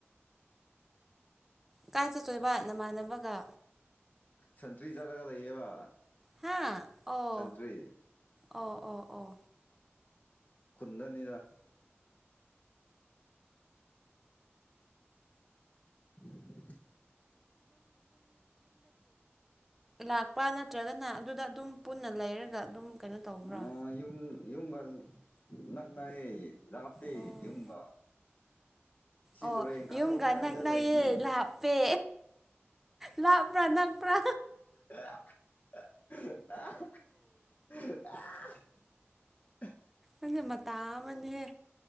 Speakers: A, in the centre; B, on the left.
A: ꯀꯥꯏ ꯆꯠꯇꯣꯏꯕ ꯅꯃꯥꯟꯅꯕꯒ
B: ꯁꯟꯇ꯭ꯔꯤ ꯆꯠꯂꯌꯦꯕ
A: ꯍꯥ ꯑꯣ
B: ꯁꯟꯇ꯭ꯔꯤ
A: ꯑꯣ ꯑꯣ ꯑꯣ
B: ꯈꯨꯟꯗꯅꯤꯗ <unintelligible>
A: ꯂꯥꯛꯄ ꯅꯠꯇ꯭ꯔꯒꯅ ꯑꯗꯨꯗ ꯑꯗꯨꯝ ꯄꯨꯟꯅ ꯂꯩꯔꯒ ꯑꯗꯨꯝ ꯀꯩꯅꯣ ꯇꯧꯕ꯭ꯔꯥ
B: ꯑ ꯥꯌꯨꯝ ꯌꯨꯝꯒ ꯅꯛꯅꯩ ꯂꯞꯇꯦ
A: ꯑꯣ
B: ꯌꯨꯝꯒ ꯁꯤ
A: ꯑꯣ
B: ꯇꯨꯔꯦꯟ ꯀꯥꯟꯊꯣꯛꯅꯤꯡꯉꯥꯏꯗ
A: ꯌꯨꯝꯒ ꯅꯛꯅꯩꯌꯦ
B: ꯂꯩꯕꯅꯦ
A: ꯂꯞꯄꯦ ꯂꯥꯞꯄꯔꯥ ꯅꯛꯄꯔꯥ
B: <unintelligible>
A: ꯑꯁ ꯃꯇꯥ ꯑꯃꯅꯤꯍꯦ